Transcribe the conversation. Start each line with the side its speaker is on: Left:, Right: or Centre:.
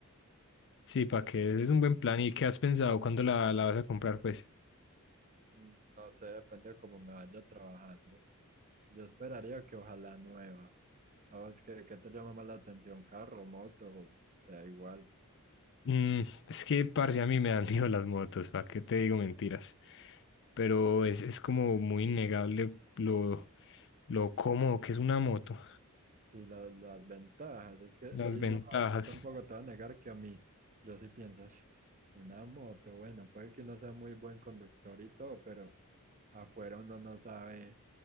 Left: Sí, para que es un buen plan. ¿Y qué has pensado? ¿Cuándo la, la vas a comprar, pues?
Right: Mm, No sé, depende de cómo me vaya trabajando. Yo esperaría que ojalá nueva. a ¿Sabes qué, qué te llama más la atención? ¿Carro, moto? Te da igual.
Left: Mm, es que, parce, a mí me dan <laughs> miedo las motos, ¿para qué te digo mentiras? Pero es, es como muy innegable lo, lo cómodo que es una moto,
Right: Sí, la- las ventajas, es que
Left: las
Right: sí,
Left: ventajas,
Right: no, yo tampoco te voy a negar que a mí, yo sí pienso, "Ush, una moto, bueno, puede que uno sea muy buen conductor y todo, pero afuera uno no sabe,